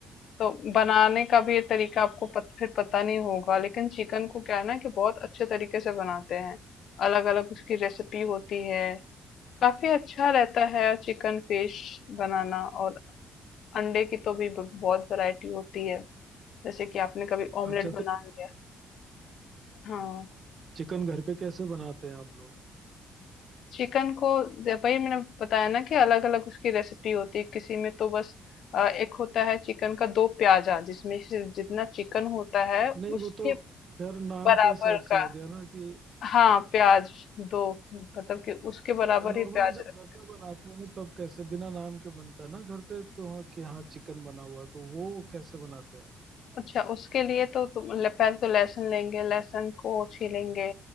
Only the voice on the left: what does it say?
तो बनाने का भी ये तरीका आपको पत फिर पता नहीं होगा, लेकिन चिकन को क्या है ना कि बहुत अच्छे तरीके से बनाते हैं। अलग-अलग उसकी रेसिपी होती है। काफ़ी अच्छा रहता है चिकन फिश बनाना और अंडे की तो भी ब बहुत वैरायटी होती है। जैसे कि आपने कभी ऑमलेट
बना
लिया। हाँ।
चिकन को दे- वही मैंने बताया ना कि अलग अलग उसकी रेसिपी होती है किसी में तो बस अ, एक होता है चिकन का दो प्याजा जिसमें से जितना चिकन होता है
उसके
बराबर
का
हाँ प्याज दो मतलब कि उसके बराबर
ही प्याज
रख-
अच्छा उसके लिए तो तुम ले- पहले तो लहसुन लेंगे लहसुन को छीलेंगे